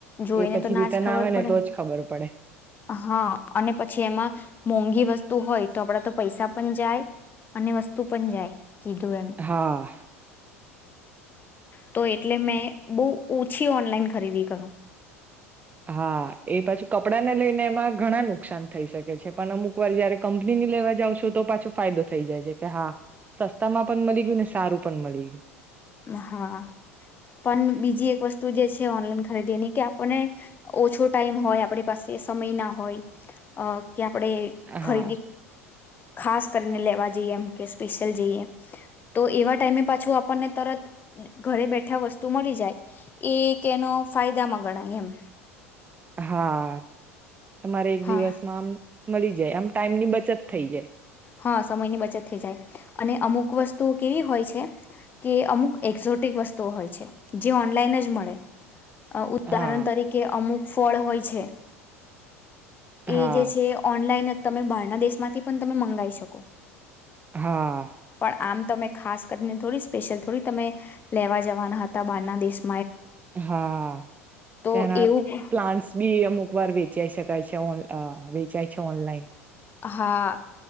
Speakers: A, on the left; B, on the right.
A: જોઈને
B: એ પછી
A: તો ના
B: રીટન
A: જ ખબર
B: આવે
A: પડે
B: ને તો જ ખબર પડે.
A: હા અને પછી એમાં મોંઘી વસ્તુ હોય તો આપડા તો પૈસા પણ જાય અને વસ્તુ પણ જાય. <unintelligible> એમ
B: હા
A: તો એટલે મેં બહુ ઓછી ઓનલાઈન ખરીદી કરું.
B: હા એ પાછું કપડાને લઈને એમાં ઘણા નુકસાન થઈ શકે છે પણ અમુક વાર જયારે કંપનીની લેવા જાાવ છો તો પાછો ફાયદો થઈ જાય છે કે હા સસ્તામાં પણ મળી ગયું ને સારું પણ મળી ગયું.
A: હા પણ બીજી એક વસ્તુ જે છે ઓનલાઈન ખરીદીની કે આપને ઓછો ટાઈમ હોય આપણી પાસે સમય ના હોય અ કે આપડે
B: ગયું
A: ખરીદી
B: હા
A: ખાસ કરીને લેવા જઈએ એમ કે સ્પેશિયલ જઈએ તો એવા ટાઈમે પાછું આપણને તરત ઘરે બેઠા વસ્તુ મળી જાય એક એનો ફાયદામાં ગણાય એમ.
B: હા. તમારે એક
A: હા
B: દિવસમાં આમ મળી જાય આમ ટાઈમ ની બચત થઈ જાય.
A: હા સમયની બચત થઈ જાય અને અમુક વસ્તુઓ કેવી હોય છે કે અમુક એક્ઝોટિક વસ્તુઓ હોય છે જે ઓનલાઈન જ મળે. ઉદાહરણ
B: હા
A: તરીકે અમુક ફળ હોય છે. એ
B: હા
A: જે છે ઓનલાઈન તમે બહારના દેશ માંથી પણ તમે મંગાવી શકો.
B: હા.
A: પણ આમ તમે ખાસ કરીને થોડી સ્પેશિયલ થોડી તમે લેવા જવાના હતા બહારના દેશ
B: હા
A: તો
B: ત્યાંના
A: એવું
B: પ્લાન્ટસ બી અમુક. વર વેચે સ ક છે ઓ. અ વેચાય છે ઓનલાઈન.
A: હા